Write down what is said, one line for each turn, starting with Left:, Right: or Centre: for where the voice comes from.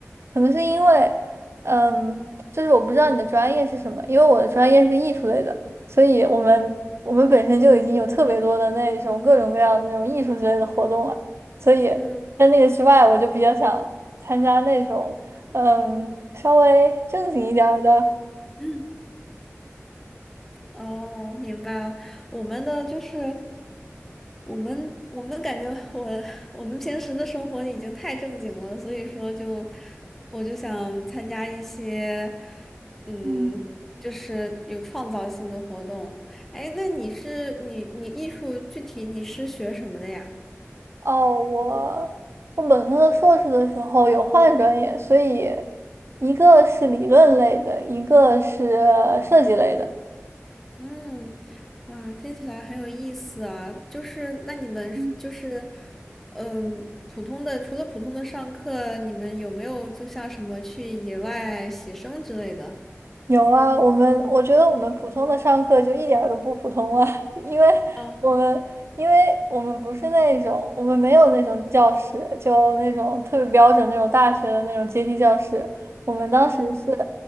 Right: 可能是因为，嗯，就是我不知道你的专业是什么，因为我的专业是艺术类的，所以我们我们本身就已经有特别多的那种各种各样的那种艺术之类的活动了，所以在那个之外，
Centre: 嗯。嗯
Right: 我就比较想参加那种，嗯，稍微正经一点儿的，
Centre: <laughs> 哦，明白了。我们的就是，我们我们感觉我我们平时的生活已经太正经了，所以说就我就想参加一些嗯，
Right: 嗯，
Centre: 就是有创造性的活动。哎，那你是你你艺术具体你是学什么的呀？
Right: 哦，我我本科和硕士的时候有换专业，所以一个是理论类的，一个是呃设计类的。
Centre: 嗯，哇，听起来很有意思啊！就是那你们是就是，
Right: 嗯
Centre: 嗯，普通的除了普通的上课，你们有没有就像什么去野外写生之类的？
Right: 有啊，我们我觉得我们普通的上课就一点儿都不普通了，<laughs> 因为
Centre: 哦，
Right: 我们因为我们不是那种我们没有那种教室，就那种特别标准那种大学的那种阶梯教室，我们当时是
Centre: 嗯。